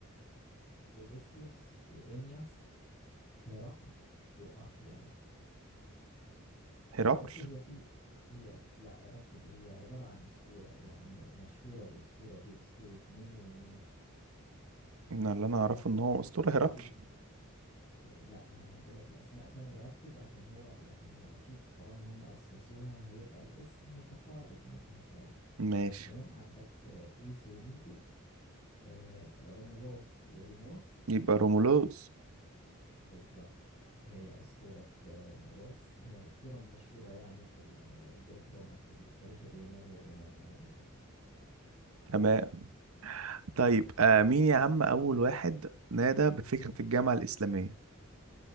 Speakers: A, on the left (about 35°); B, on the right (about 80°).
A: اوديسيوس وانياس هرقل واخيال
B: هرقل
A: بص هي في هي لا ركز هي عبارة عن أسطورة يعني هي مشهورة الأسطورة دي أسطورة مين ومين
B: أنا اللي انا اعرفه ان هو اسطورة هرقل
A: هقول لك آه، لا هقول لك الأسماء تاني وركز عشان هو يعني هي أكيد طالما هم أسسوها هيبقى الاسم متقارب منها شوية
B: ماشي
A: تمام عندك آه، إيس وميتو آه، رومولوس وريموس
B: يبقى رومولوز
A: بالضبط هي أسطورة آه، رومولوس هي أسطورة مشهورة يعني في ال- آه، الجريك رومان في التاريخ اليوناني والروماني عموما يعني
B: تمام
A: ماشي
B: طيب آه مين يا عم أول واحد نادى بفكرة الجامعة الإسلامية